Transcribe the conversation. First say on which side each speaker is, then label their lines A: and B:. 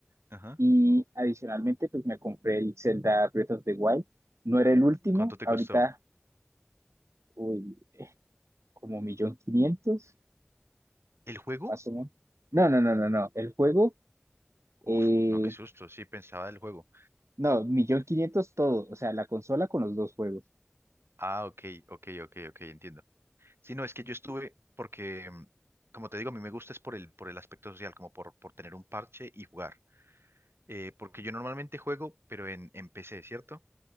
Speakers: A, on the right; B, on the right.
A: ajá.
B: y adicionalmente pues me compré el Zelda Breath of the Wild. No era el último,
A: ¿Cuánto te
B: ahorita
A: costó?
B: uy, como millón quinientos,
A: ¿El juego?
B: más o menos. No, no, no, no, no, el juego eh,
A: Uf, no, qué susto. Sí, pensaba del juego.
B: No, millón quinientos todo, o sea, la consola con los dos juegos.
A: Ah, ok, ok, ok, ok, entiendo. Sí, no, es que yo estuve porque, mm, como te digo, a mí me gusta es por el, por el aspecto social, como por, por tener un parche y jugar. Eh, porque yo normalmente juego, pero en, en PC, ¿cierto?